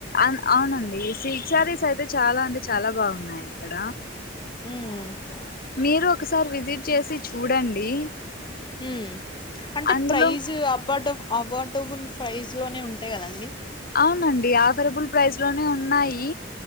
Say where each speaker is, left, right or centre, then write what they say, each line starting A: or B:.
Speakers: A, on the left; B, on the left.
A: అ అవునండి సిల్క్ శారీస్ అయితే చాలా అంటే చాలా బాగున్నాయి ఇక్కడ
B: హ్మ్
A: మీరూఒకసారి విజిట్ చేసి చూడండి
B: హ్మ్ అంటే
A: అందులో
B: ప్రైజు అవార్డుఫ్ అవార్డ్ టుబుల్ ప్రైస్ లోనే ఉంటాయి కదండి
A: అవునండి ఆఫరబుల్ ప్రైస్ లోనే ఉన్నాయి